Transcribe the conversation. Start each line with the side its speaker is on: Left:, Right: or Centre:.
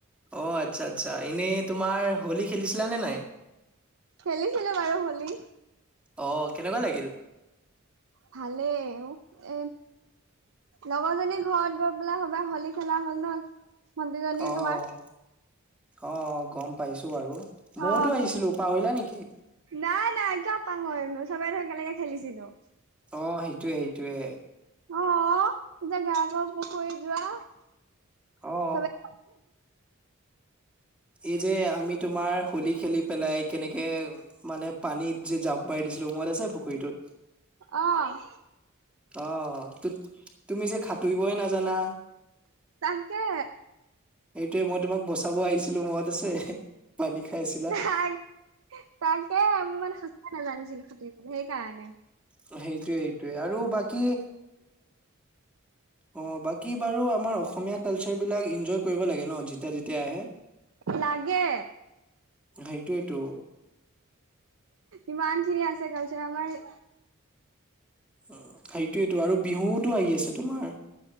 Centre: অ', আচ্ছা, আচ্ছা এনেই তোমাৰ হোলী খেলিছিলা নে নাই?
Right: খেলিছিলোঁ বাৰু হোলী
Centre: অ', কেনেকুৱা লাগিল?
Right: ভালেই অ'এ লগৰজনী ঘৰত গৈ পেলাই সবাই হলী খেলা হ'ল ন। ভন্টিজনী
Centre: অ',
Right: তোমাৰ
Centre: অ', গম পাইছোঁ বাৰু মইতো
Right: অ
Centre: আহিছিলো পাহৰিলা নেকি।
Right: নাই, নাই কিয় পাহৰিম চবেই তো একেলগে খেলিছিলোঁ।
Centre: অ', সেইটোয়ে, সেইটোয়ে
Right: অ', অ', এতিয়া গা ক পুখুৰীত যোৱা
Centre: অ
Right: চব <inaudible>
Centre: এই যে আমি তোমাৰ হোলী খেলি পেলাই কেনেকে মানে পানীত যে জাপ মাৰি দিছিলো মনত আছে পুখুৰীটোত
Right: অ'।
Centre: অ', তুত তুমি যে সাতুৰিবই নাজানা।
Right: তাকে।
Centre: এইটোৱে মই তোমাক বচাব আহিছিলো মনত আছে পানী খাইছিলা।
Right: তাক তাকে ইমান সঁচা নেজানিছিলো সাতুৰিব সেইকাৰণে।
Centre: সেইটোয়ে, সেইটোয়ে আৰু বাকী অ', বাকী বাৰু আমাৰ অসমীয়া কালচাৰ বিলাক ইনজয় কৰিব লাগে ন! তেওঁ যেতিয়া আহে।
Right: লাগে
Centre: সেইটোৱেত'।
Right: ইমানখিনি আছে কালচাৰ আমাৰ।
Centre: উ, সেইটোয়েতো, আৰু বিহুওতো আহি আছে তোমাৰ।